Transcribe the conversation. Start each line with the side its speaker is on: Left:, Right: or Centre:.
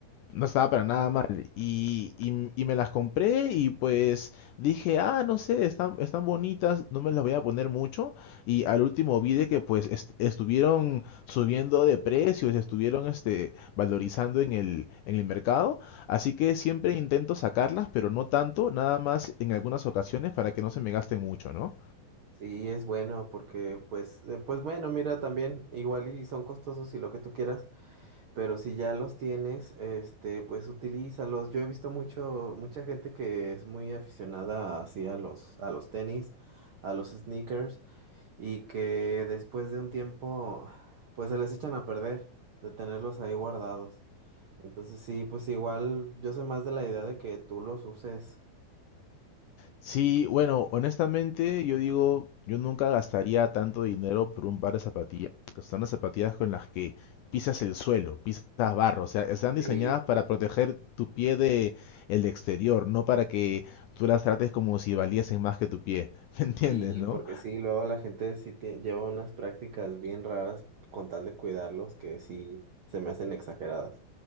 Left: no estaba para nada mal. Y, y- y me las compré y pues dije, ah, no sé, están, están bonitas, no me las voy a poner mucho. Y al último vi de que pues est- estuvieron subiendo de precios, estuvieron este, valorizando en el, en el mercado. Así que siempre intento sacarlas, pero no tanto, nada más en algunas ocasiones para que no se me gasten mucho, ¿no?
Right: Sí, es bueno porque pues, eh, pues bueno, mira también, igual y son costosos y lo que tú quieras, pero si ya los tienes, este, pues utilízalos. Yo he visto mucho, mucha gente que es muy aficionada así a los, a los tenis, a los sneakers. y que después de un tiempo, pues se les echan a perder de tenerlos ahí guardados. Entonces sí, pues igual yo soy más de la idea de que tú los uses.
Left: Sí, bueno, honestamente yo digo, yo nunca gastaría tanto dinero por un par de zapatillas, porque son las zapatillas con las que pisas el suelo, pisas barro, o sea, están diseñadas
Right: Sí,
Left: para proteger tu pie de el exterior, no para que tú las trates como si valiesen más que tu pie, <laughs> ¿me entiendes,
Right: sí,
Left: no?
Right: porque sí, luego la gente sí tie- lleva unas prácticas bien raras con tal de cuidarlos que sí se me hacen exageradas.